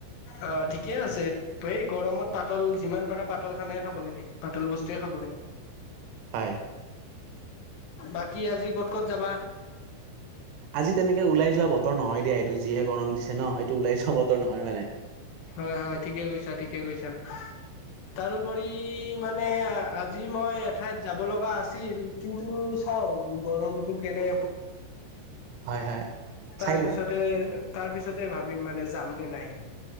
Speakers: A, on the left; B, on the right.
A: অ ঠিকেই আছে ত এই গৰমত পাতল যিমান পাৰা পাতল খানাই খাব লাগে পাতল বস্তুৱে খাব লাগে
B: হয়।
A: বাকী আজি ক'ত ক'ত যাবা
B: আজি তেনেকে ওলাই যোৱা বতৰ নহয় দিয়া এইটো যিহে গৰম দিছে ন এইটো ওলাই যোৱা বতৰ নহয় মানে।
A: হয় হয় ঠিকে কৈছা ঠিকে কৈছা তাৰোপৰি মা <unintelligible> মানে আজি মই এঠাইত যাব লগা আছিল কিন্তু চাও গৰমটো কেনে
B: হয় হয় চাই
A: তাৰ
B: লোৱা
A: পিছতে তাৰপিছতে ভাবিম মানে যামনে নাই